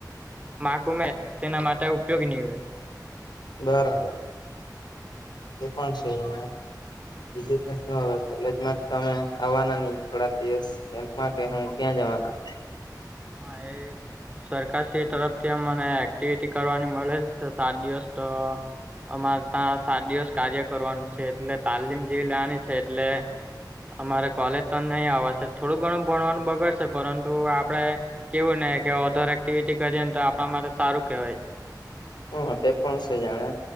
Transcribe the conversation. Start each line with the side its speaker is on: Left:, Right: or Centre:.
Right: માકું મેં તેના માટે ઉપયોગી નહીં ઉડે
Left: બરાબર એ પણ છે. બીજું તો શું હવે કોલેજ માં તમે આવવાના નહી થોડાક દિવસ કેમ્પમાં કે હું ક્યાં જવાના
Right: હા એ સરકાર શ તરફથી અમને એક્ટિવિટી કરવાની મળે સાત દિવસ તો અમારે ત્યાં સાત દિવસ કાર્ય કરવાનું છે એટલે તાલીમ જેવી લેવાની છે, એટલે અમારે કોલેજ તો નહી આવવાશે થોડું ઘણું ભણવાનુ બગડશે પરતુ આપડે કેવું ને કે ઓથર એક્ટિવિટી કરી ને તો આપણા માટે સારું કેવાય
Left: હ તે પણ છે, જાણે